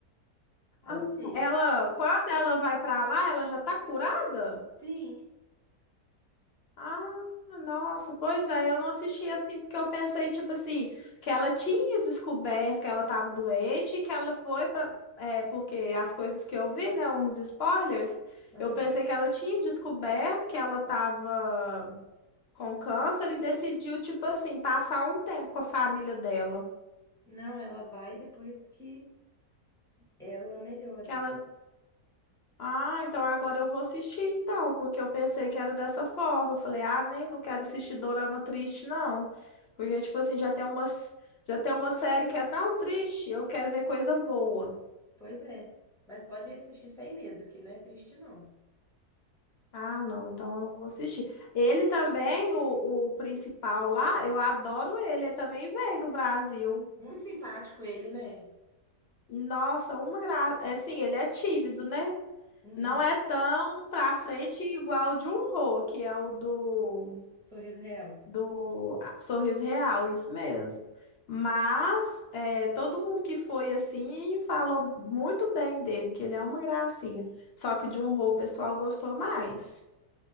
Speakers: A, on the left (about 55°); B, in the centre.
A: Ah,
B: Ela teve.
A: Ela, quando ela vai pra lá, ela já tá curada?
B: Sim.
A: Ah, nossa, pois é, eu não assisti assim porque eu pensei, tipo assim, que ela tinha descoberto que ela tava doente e que ela foi pra. É, porque as coisas que eu vi, né, uns spoilers,
B: Aham.
A: eu pensei que ela tinha descoberto que ela tava com câncer e decidiu, tipo assim, passar um tempo com a família dela.
B: Não, ela vai depois que Ela melhora.
A: que ela, Ah, então agora eu vou assistir então, porque eu pensei que era dessa forma. Eu falei, ah, nem, não quero assistir dorama triste, não. Porque, tipo assim, já tem umas, já tem uma série que é tão triste, eu quero ver coisa boa.
B: Pois é. Mas pode assistir sem medo, que não é triste, não.
A: Ah, não, então eu vou assistir. Ele também, o, o principal lá, eu adoro ele, ele também veio no Brasil.
B: Muito simpático ele, né?
A: Nossa, uma graça. Assim, ele é tímido, né?
B: Uhum.
A: Não é tão pra frente igual o Jun-ho, que é o do
B: Sorriso real.
A: do ah, Sorriso Real, isso mesmo. Mas é, todo mundo que foi assim falou muito bem dele, que ele é uma gracinha. Só que de um rol o pessoal gostou mais,